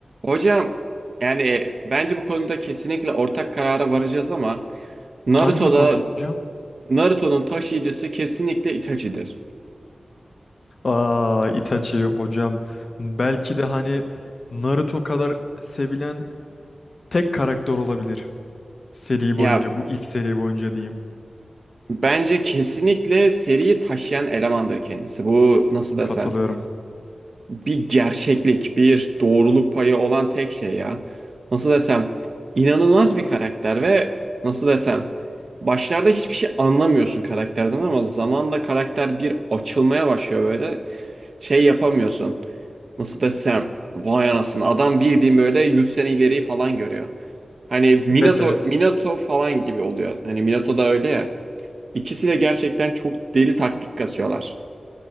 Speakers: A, on the right; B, on the left.
A: Hocam yani e, bence bu konuda kesinlikle ortak karara varacağız ama Naruto'da
B: Hangi konu hocam?
A: Naruto'nun taşıyıcısı kesinlikle Itachi'dir.
B: Aa, Itachi hocam. Belki de hani Naruto kadar sevilen tek karakter olabilir. Seri
A: Ya
B: boyunca, bu ilk seri boyunca diyeyim.
A: bence kesinlikle seriyi taşıyan elemandır kendisi. Bu nasıl desem
B: Katılıyorum.
A: bir gerçeklik, bir doğruluk payı olan tek şey ya. Nasıl desem inanılmaz bir karakter ve nasıl desem başlarda hiçbir şey anlamıyorsun karakterden ama zamanla karakter bir açılmaya başlıyor böyle şey yapamıyorsun. nasıl desem vay anasını adam bildiğin böyle 100 sene ileriyi falan görüyor. Hani Minato
B: Evet evet.
A: Minato falan gibi oluyor. Hani Minato da öyle ya. İkisi de gerçekten çok deli taktik kasıyorlar.